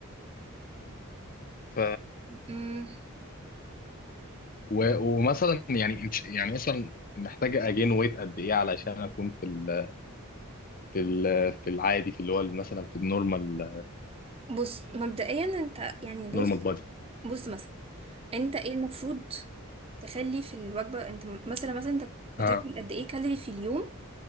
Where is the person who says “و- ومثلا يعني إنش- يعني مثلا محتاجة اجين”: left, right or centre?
Left